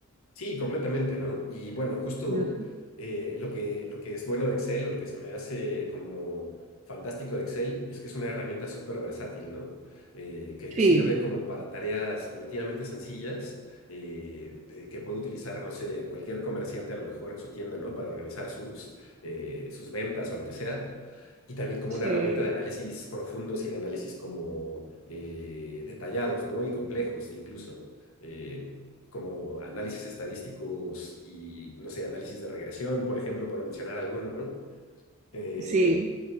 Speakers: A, on the left; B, on the right.
A: Sí, completamente, ¿no? Y bueno, justo
B: Mm,
A: eh, lo que, lo que es bueno de Excel o lo que se me hace como fantástico de Excel es que es una herramienta súper versátil, ¿no? Eh, que
B: Sí,
A: sirve como para tareas relativamente sencillas eh, de- que puede utilizar, no sé, cualquier comerciante a lo mejor en su tienda, ¿no? Para organizar sus, eh, sus ventas o lo que sea. Y también como
B: sí,
A: una herramienta de análisis profundos y de análisis como eh, detallados, ¿no? Y complejos incluso. Eh, como análisis estadísticos y, no sé, análisis de regresión, por ejemplo, por mencionar alguno, ¿no? Eh,
B: sí,